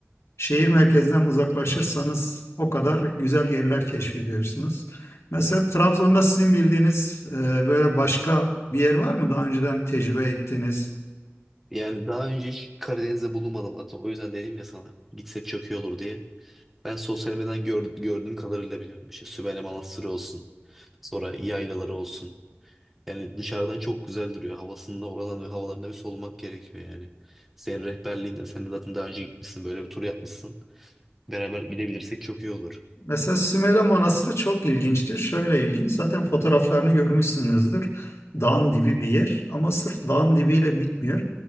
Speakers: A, on the left; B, in the centre.
A: Şehir merkezinden uzaklaşırsanız o kadar güzel yerler keşfediyorsunuz. Mesela Trabzon'da sizin bildiğiniz e, böyle başka bir yer var mı? Daha önceden tecrübe ettiğiniz.
B: Yani daha önce hiç Karadeniz'de bulunmadım zaten. O yüzden dedim ya sana gitsek çok iyi olur diye. Ben sosyal medyadan gör- gördüğüm kadarıyla biliyorum. İşte Sümele Manastırı olsun. Sonra yaylaları olsun. Yani dışarıdan çok güzel duruyor. Havasında oradan ve havalarına bir solumak gerekiyor yani. Senin rehberliğinde sen de zaten daha önce gitmişsin böyle bir tur yapmışsın. Beraber gidebilirsek çok iyi olur.
A: Mesela Sümele Manastırı çok ilginçtir. Şöyle ilginç, zaten fotoğraflarını görmüşsünüzdür. Dağın dibi
B: Aynen.
A: bir yer ama sırf dağın dibiyle bitmiyor.